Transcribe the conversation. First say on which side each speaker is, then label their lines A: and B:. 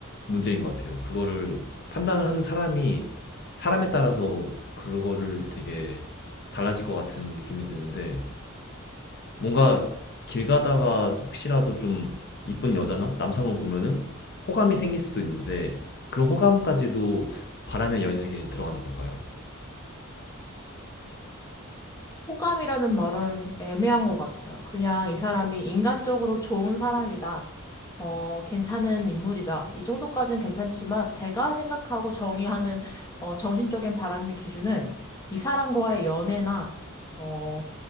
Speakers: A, on the left; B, on the left.
A: 문제인 것 같아요. 그거를 판단을 하는 사람이 사람에 따라서 그거를 되게 달라질 것 같은 느낌이 드는데 뭔가 길 가다가 혹시라도 좀 이쁜 여자나 남성을 보면은 호감이 생길 수도 있는데 그런 호감까지도 바람의 연역에 들어가는 걸까요?
B: 호감이라는 말은 애매한 것 같아요. 그냥 이 사람이 인간적으로 좋은 사람이다. 어, 괜찮은 인물이다. 이 정도까지는 괜찮지만 제가 생각하고 정의하는 어, 정신적인 바람인 기준은 이 사람과의 연애나 어,